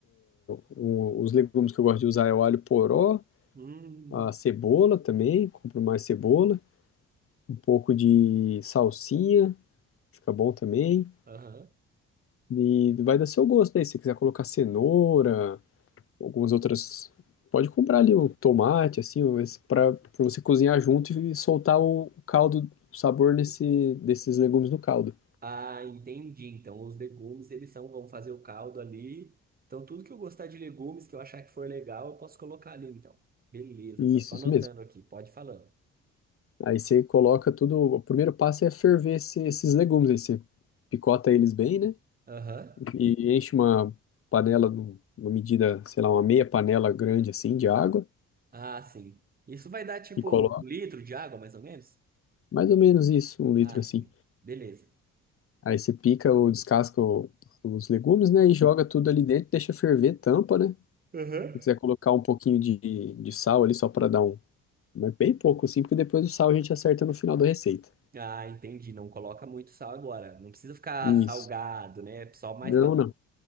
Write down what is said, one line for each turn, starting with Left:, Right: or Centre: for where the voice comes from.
Left: o- os legumes que eu gosto de usar é o alho poró,
Right: Hum.
Left: a cebola também, compro mais cebola, um pouco de salsinha, fica bom também.
Right: Aham.
Left: E vai dar seu gosto aí, se você quiser colocar cenoura, algumas outras Pode comprar ali o tomate, assim, para para você cozinhar junto e soltar o caldo, o sabor nesse, desses legumes no caldo.
Right: Ah, entendi. Então, os legumes, eles são, vão fazer o caldo ali. Então, tudo que eu gostar de legumes, que eu achar que for legal, eu posso colocar ali, então. Beleza,
Left: Isso,
Right: tô, tô anotando
Left: isso mesmo.
Right: aqui. Pode ir falando.
Left: Aí você coloca tudo. O primeiro passo é ferver esse- esses legumes. Aí você picota eles bem, né?
Right: Aham.
Left: E enche uma panela, num- uma medida, sei lá, uma meia panela grande assim de água
Right: Ah, sim. Isso vai dar, tipo,
Left: e coloca
Right: um litro de água, mais ou menos?
Left: mais ou menos isso, um litro
Right: Ah,
Left: assim.
Right: sim. Beleza.
Left: Aí você pica ou descasca o- os legumes, né? E joga tudo ali dentro, deixa ferver, tampa, né?
Right: Aham.
Left: Se quiser colocar um pouquinho de, de sal ali só para dar um. Mas bem pouco assim, porque depois o sal a gente acerta no final da receita.
Right: Ah, entendi. Não coloca muito sal agora. Não precisa ficar
Left: Isso.
Right: salgado, né? Só mais
Left: Não,
Right: para
Left: não.